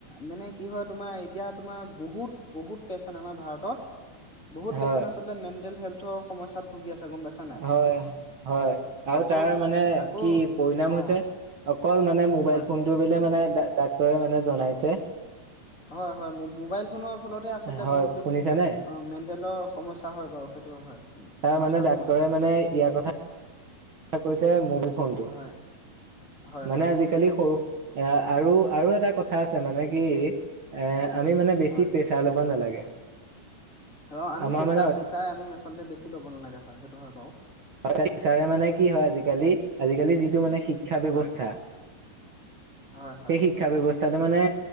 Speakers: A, on the left; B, on the right.
A: মানে কি হয় তোমাৰ এতিয়া তোমাৰ বহুত-বহুত পেচেণ্ আমাৰ ভাৰতত। বহুত
B: হয়
A: পেছেন আছলতে মেণ্টেল হেল্থ সমস্যাত ভুগি আছে। গম পাইছা নাই
B: হয়-হয় আৰু
A: আকৌ
B: তাৰ মানে
A: আকৌ
B: কি পৰিণাম
A: অ
B: হৈছে? অকল মানে মোবাইল
A: হয়
B: ফোনটো বোলে মানে ডাক্তৰে মানে জনাইছে,
A: হয়-হয় মোবাইল ফোনৰ ফলতে আচলতে
B: হয়
A: বহুত বেছি
B: শুনিছানে
A: অ মেণ্টেলৰ সমস্যা হয় বাৰু সেইটো হয়
B: তাৰ
A: মাথাৰ
B: মানে ডাক্তৰে
A: সমস্যা।
B: মানে
A: হয়
B: ইয়াৰ কথা কৈছে মোবাইল ফোনটো
A: হয় হয়
B: মানে
A: হয়
B: আজিকালি এ আৰু আৰু এটা কথা আছে মানে কি এ আমি মানে বেছি
A: হয়
B: প্ৰেছাৰ ল'ব নালাগে
A: অ আমি
B: আমাৰ
A: প্ৰেছাৰ
B: মানে অত-
A: প্ৰেছাৰ আমি আচলতে বেছি ল'ব নালাগে হয় সেইটো হয় বাৰু
B: হয় চাৰে মানে কি হয় আজিকালি আজিকালি যিটো মানে শিক্ষা ব্যৱস্থা
A: হয় হয় হয়
B: সেই শিক্ষা ব্যৱস্থা মানে